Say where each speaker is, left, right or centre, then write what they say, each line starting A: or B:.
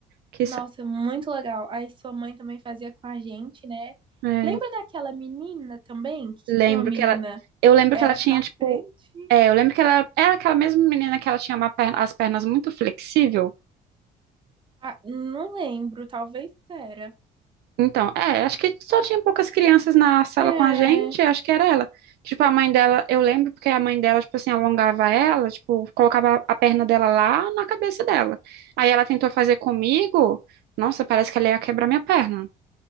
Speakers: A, on the right; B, on the right.
A: Que
B: Nossa, muito legal. Aí sua mãe também fazia com a gente, né?
A: saudade.
B: Lembra daquela menina também, que
A: Lembro
B: tinha uma menina,
A: que ela. Eu lembro
B: era
A: que ela tinha,
B: pra
A: tipo.
B: frente?
A: É, eu lembro que ela era aquela mesma menina que ela tinha uma perna- as pernas muito flexível.
B: Ah, não lembro, talvez era.
A: Então, é, acho que só tinha poucas crianças na sala
B: É.
A: com a gente, acho que era ela. Tipo, a mãe dela, eu lembro porque a mãe dela, tipo assim, alongava ela, tipo, colocava a perna dela lá na cabeça dela. Aí ela tentou fazer comigo. Nossa, parece que ela ia quebrar minha perna.